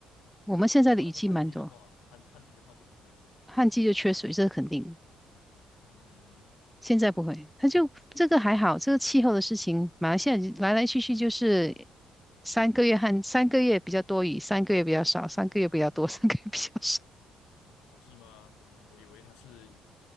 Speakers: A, in the centre; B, on the left.
A: 我们现在的雨季蛮多，
B: 如果它是旱季的话，旱旱季的话就不会吧？
A: 旱季就缺水，这是肯定。
B: 嗯，
A: 现在不会，他就这个还好，这个气候的事情，马来西亚来来去去就是三个月和三个月比较多雨，三个月比较少，三个月比较多，三个月比较少。
B: 哦，是吗？是吗？我以为它是